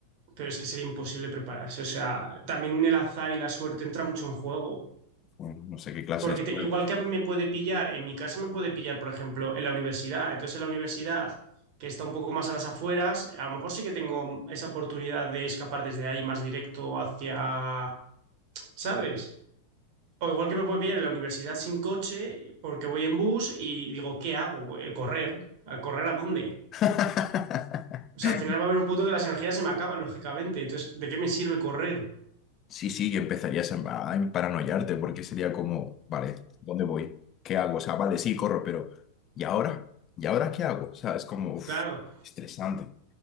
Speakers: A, on the right; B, on the left.
A: Pero es que sería imposible prepararse. O sea, también el azar y la suerte entra mucho en juego.
B: Bueno, no sé qué clase
A: Porque
B: de
A: te-
B: suerte.
A: igual que a mí me puede pillar, en mi casa me puede pillar, por ejemplo, en la universidad. Entonces, en la universidad, que está un poco más a las afueras, a lo mejor sí que tengo esa oportunidad de escapar desde ahí más directo hacia, ¿sabes? O igual que me puede pillar en la universidad sin coche porque voy en bus y digo, ¿qué hago? Voy a correr. ¿A correr a dónde?
B: <laughs>
A: O sea, al final va a haber un punto que las energías se me acaban, lógicamente. Entonces, ¿de qué me sirve correr?
B: Sí, sí, que empezarías a, a paranoiarte porque sería como, vale, ¿dónde voy? ¿Qué hago? O sea, vale, sí, corro, pero ¿y ahora? ¿Y ahora qué hago? O sea, es como uf,
A: Claro.
B: estresante,